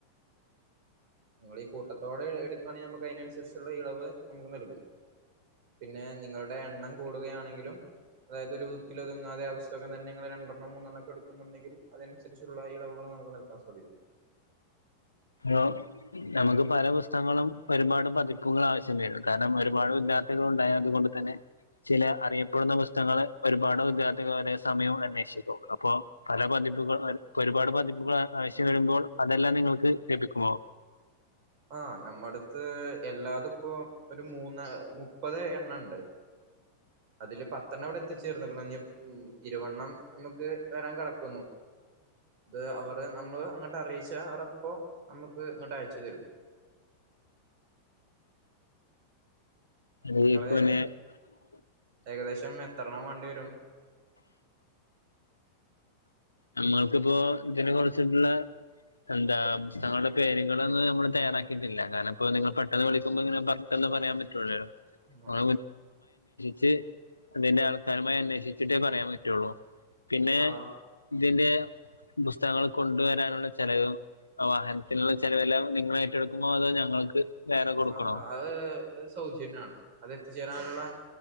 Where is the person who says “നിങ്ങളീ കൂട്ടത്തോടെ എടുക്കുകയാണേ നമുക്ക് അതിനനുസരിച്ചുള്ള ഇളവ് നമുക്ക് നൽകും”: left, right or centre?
Right